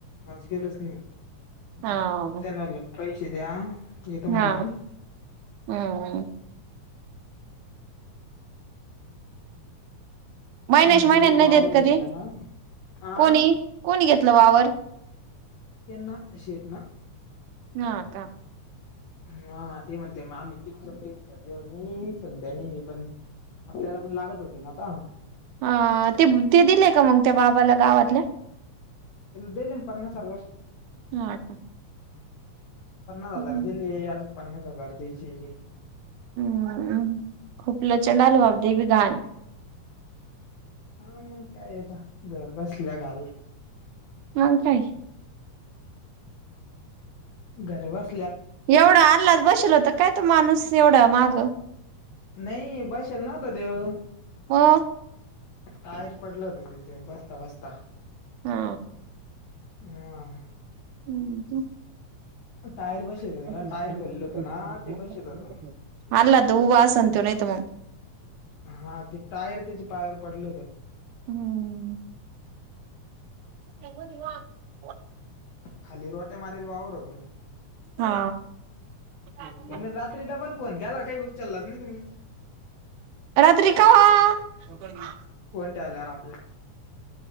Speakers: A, on the left; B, on the right.
A: माझ गेलंच नाही मग
B: हा
A: त्यांना पैसे द्या येतो म्हणलं
B: हा
A: मी
B: हम्म मायनस
A: त्यांना
B: मायनस
A: ते
B: नाही
A: वावर
B: देत का
A: घेतलं
B: ते
A: ना हा
B: कोणी कोणी घेतलं वावर
A: त्यांना शेट ना
B: हा का
A: हा ते म्हणते आम्ही अली म्ह सध्यानी पण आपल्याला पण लागत होते ना आता
B: हा ते ते दिलेय का मग त्या बाबाला गावातल्या
A: दिले ना पन्नास हजार
B: हा का
A: पन्नास हजार
B: हम्म
A: दिले अजून पन्नास हजार द्यायचे
B: हम खूप लोचांड आलं बाबा दि <unintelligible>
A: हा मग काय आता घर बसल्या घा
B: मग काय
A: घरबसल्या
B: एवढं अल्लाद बशीला होता काय तो माणूस एवढ्या मागं
A: नाही बसला नव्हता त्यो
B: हो.
A: टायर पडलं होत, तिथे बसता बसता.
B: हा.
A: <unintelligible>
B: हम अ.
A: टायर बसत होत
B: <unintelligible>
A: ना टायर खोललं होतं ना ते बसत होत
B: अलगत उभा असन त्यो नाहीतर मग
A: हा, ते टायर त्याच्या पायावर पडलं होत.
B: हम. तोवर ह्यो <unintelligible>
A: खालील वाट्या मारील वावर होत.
B: हा <unintelligible>
A: मी रात्री डबल फोन केला, काही उचललाच नाही तुम्ही?
B: रात्री कवा <unintelligible>
A: केल्यावर आपल्या